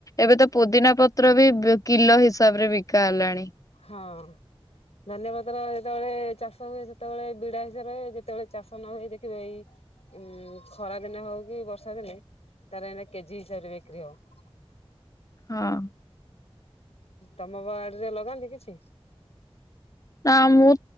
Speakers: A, on the left; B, on the left.
A: ଏବେ ତ ପୋଦିନା ପତ୍ର ବି କିଲ ହିସାବରେ ବିକା ହେଲାଣି
B: ହଁ ଅଁ ଧନିଆ ପତ୍ର ଯେତେବେଳେ ଚାଷ ହୁଏ ସେତେବେଳେ ବିଡା ହିସାବରେ ହୁଏ ଯେତେବେଳେ ଚାଷ ନ ହୁଏ ଦେଖିବ ଏଇ ଉଁ ଖରା ଦିନେ ହଉ କି ବର୍ଷା ଦିନେ ତାର ଏଇନେ କେଜି ହିସାବରେ ବିକ୍ରି ହବ
A: ହଁ ଅଁ
B: ତମ ବାଡ଼ିରେ ଲଗାନ୍ତି କିଛି
A: ନା ମୁଁ